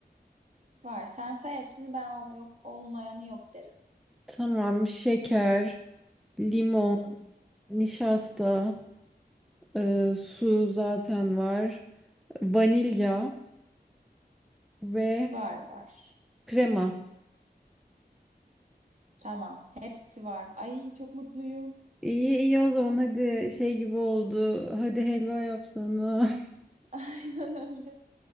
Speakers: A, on the right; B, in the centre.
A: Var. Sen say hepsini ben ol yok olmayanı yok derim.
B: Tamam, şeker, limon,
A: Hı hı.
B: nişasta, e, su zaten var, vanilya ve
A: Var var.
B: krema.
A: Tamam. Hepsi var. Ay çok mutluyum.
B: İyi iyi o zaman hadi şey gibi oldu. Hadi helva yapsana.
A: <laughs> Aynen öyle.